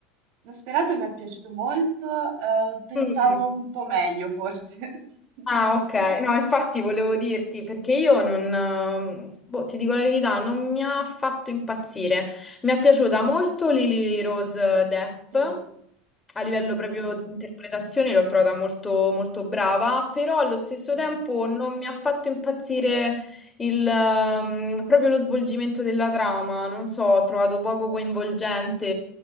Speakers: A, on the right; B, on the left.
A: L'ho sperato, mi è piaciuto molto, eh, pensavo
B: Mm.
A: un po' meglio forse, <laughs> sono sincera.
B: Ah, ok. No, infatti volevo dirti, perché io non, ehm, boh, ti dico la verità, non mi ha fatto impazzire. Mi è piaciuta molto Lily Rose Depp,
A: Sì, sì,
B: a livello
A: anche
B: proprio
A: a me.
B: di interpretazione l'ho trovata molto, molto brava, però allo stesso
A: Mhm.
B: tempo non mi ha fatto impazzire il, ehm, proprio lo svolgimento della trama, non so, ho trovato poco coinvolgente